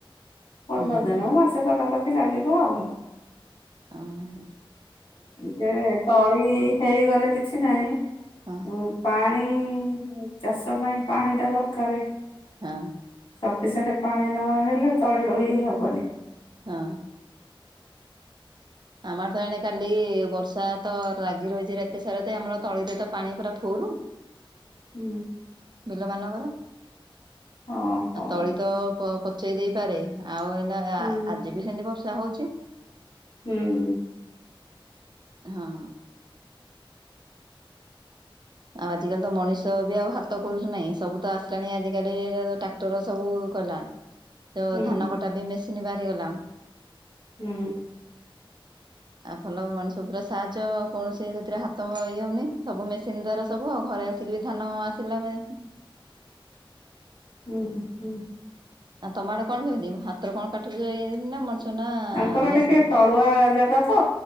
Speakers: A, on the left; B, on the right.
A: ପନ୍ଦର
B: ହୁଁ ହୁଁ
A: ଦିନିହୋଉ ମାସେ ପାଖାପାଖି ଲାଗିବ ଆଉ।
B: ଅଁହ।
A: ଯେ ତଳି ହେଇଗଲେ କିଛି ନାଇଁ
B: ହଁ
A: ଉଁ। ପାଣି ଚାଷ ପାଇଁ ପାଣି ଟା ଦରକାରେ।
B: ହଁ।
A: ସଫିସିଏଣ୍ଟ ପାଣି ନ ହେଲେ ତଳି ରୋଇହିଁ ହବନି।
B: ହଁ। ଆମର ତ ଏଣେ କାଲି ବର୍ଷା ତ ଲାଗି ରହିଛି ରାତି ସାରା ତ ଆମର ତଳିରେ ତ ପାଣି ପୁରା ଫୁଲୁ।
A: ହୁଁ।
B: ବିଲ ମାନଙ୍କରେ
A: ହଁ ହଉ
B: ଆ ତଳି ତ ପ-ପଚେଇ ଦେଇପାରେ। ଆଉ ଏନା କା
A: ହୁଁ
B: ଆ-ଆଜି ବି ସେମିତି ବର୍ଷା ହଉଛି।
A: ହୁଁ।
B: ହଁ। ଆଉ ଆଜିିକାଲି ତ ମଣିଷ ତ ବି ଆଉ ହାତ ଖୋଲୁଛୁ ନାହିଁ ସବୁ ତ ଆସିଲାଣି ଆଜିକାଲି ଟ୍ରାକ୍ଟର ସବୁ କଲା। ତ
A: ହୁଁ
B: ଧାନ କଟା ବି ମେସିନ୍ ବାହାରିଗଲା।
A: ହୁଁ।
B: ଆଉ ଭଲ ମଣିଷ ପୁରା ସାହାଜ କୌଣସି ସେଥିରେ ହାତ ମ-ଇଏ ହଉନି ସବୁ ମେସିନ ଦ୍ଵାରା ସବୁ ଆଉ ଘରେ ଆସିକି ବି ଧାନ ଆସିଲା ମେ
A: ହୁଁଁ ହୁଁ।
B: ଆଉ ତମ ଆଡେ କଣ କେମିତି ହାତରେ କଣ କାଟୁଛ ଏ-ନା ମଣିଷ ନା
A: ଆଙ୍କର
B: ମେସିନ୍?
A: ଟିକେ ତଳୁଆ ଜାଗା ତ